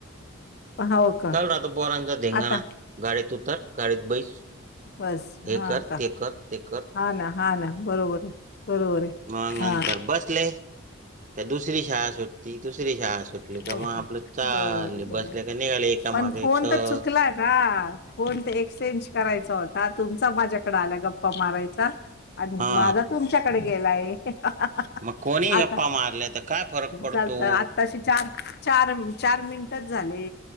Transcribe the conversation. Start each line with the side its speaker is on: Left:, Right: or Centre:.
Left: हो का
Right: चाल राता पोरांचा धिंगाणा
Left: आता
Right: गाडीत उतर गाडीत बैस.
Left: बस
Right: हे
Left: हा
Right: कर
Left: का
Right: ते कर ते कर.
Left: हा ना हा ना बरोबर आहे बरोबर आहे.
Right: मग नंतर
Left: हा
Right: बसले. का दुसरी शाळा सुटली दुसरी शाळा सुटली का
Left: हो
Right: मग आपलं चालले
Left: बर बर
Right: बसल्या का निघाले एक.
Left: पण
Right: मागे
Left: फोन
Right: सग
Left: तर चुकला का. कोण तर एक्सचेंज करायचा होता तुमचा माझ्याकडे आला गप्पा मारायचा. आणि
Right: हा
Left: माझा तुमच्याकडे गेलाय <unintelligible>
Right: मग कोणी
Left: आता.
Right: गप्पा मारल्या तर काय फरक पडतो
Left: चालत आताशी चार चार चार मिनिटच झाले.